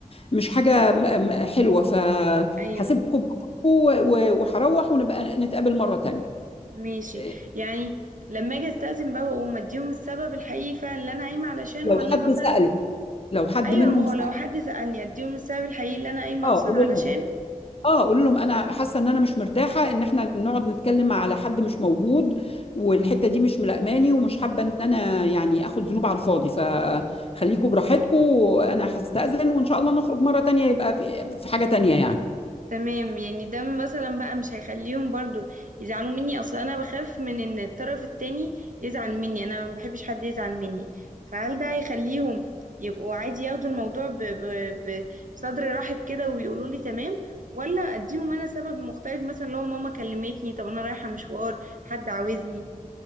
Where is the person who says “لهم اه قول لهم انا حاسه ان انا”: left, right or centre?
Left